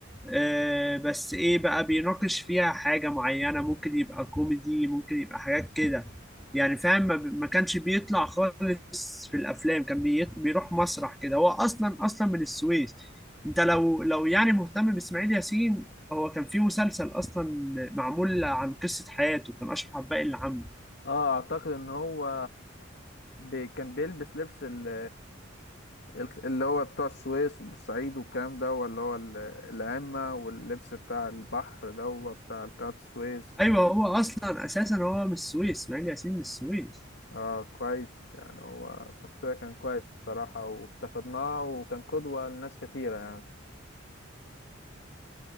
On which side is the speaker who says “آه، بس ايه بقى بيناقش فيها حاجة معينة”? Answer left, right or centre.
Centre